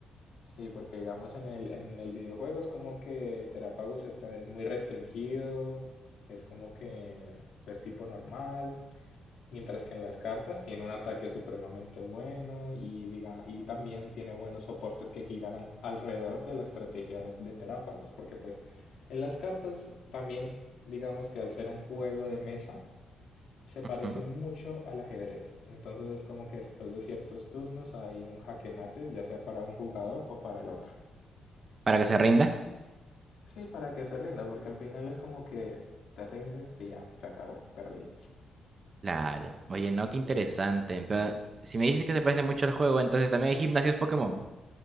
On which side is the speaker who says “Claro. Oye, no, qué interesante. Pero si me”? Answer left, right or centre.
Right